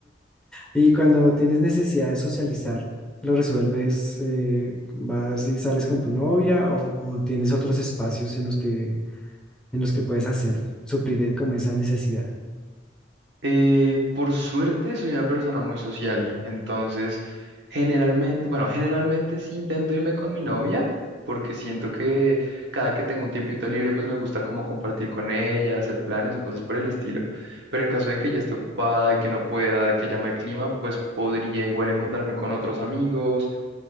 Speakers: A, in the centre; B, on the right.
A: Y cuando tienes necesidad de socializar, ¿lo resuelves? eh, ¿vas y sales con tu novia o, o tienes otros espacios en los que, en los que puedes hacer, suplir eh, como esa necesidad?
B: Eh, por suerte soy una persona muy social, entonces generalmente, bueno, generalmente sí intento irme con mi novia, porque siento que cada que tengo un tiempito libre, pues me gusta como compartir con ella, hacer planes o cosas por el estilo, pero en caso de que ella esté ocupada, de que no pueda, de que llama el clima, pues podría igual encontrarme con otros amigos,